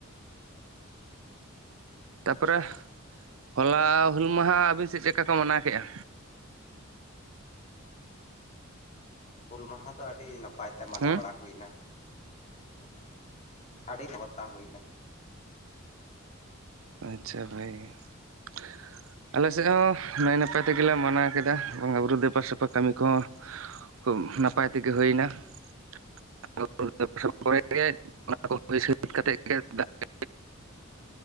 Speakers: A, on the right (about 75°); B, on the left (about 35°).
A: ᱛᱟᱯᱚᱨᱮ
B: ᱚ
A: ᱦᱚᱞᱟ ᱦᱩᱞ ᱢᱟᱦᱟ ᱟᱹᱵᱤᱱ ᱥᱮᱫ ᱪᱮᱜᱠᱟ ᱠᱚ ᱢᱟᱱᱟᱣ ᱠᱮᱜ-ᱟ?
B: ᱦᱩᱞ ᱢᱟᱦᱟ ᱫᱚ ᱟᱹᱰᱤ ᱱᱟᱯᱟᱭ ᱛᱮ ᱢᱟᱱᱟᱣ
A: ᱦᱮᱸ
B: ᱵᱟᱲᱟ ᱦᱩᱭᱱᱟ ᱟᱹᱰᱤ <unintelligible> ᱦᱩᱭᱱᱟ
A: ᱟᱪᱪᱷᱟ ᱵᱷᱟᱜᱮ ᱜᱮ ᱟᱞᱮ ᱥᱮᱫ ᱦᱚᱸ ᱱᱟᱭ ᱱᱟᱯᱟᱭ ᱛᱮᱜᱮᱞᱮ ᱢᱟᱱᱟᱣ ᱠᱮᱫᱟ ᱵᱚᱸᱜᱟ ᱵᱩᱨᱩ ᱫᱮᱵᱟ ᱥᱮᱵᱟ ᱠᱟᱹᱢᱤ ᱠᱚᱦᱚᱸ ᱠᱷᱩᱵ ᱱᱟᱯᱟᱭ ᱛᱮᱜᱮ ᱦᱩᱭᱱᱟ <unintelligible>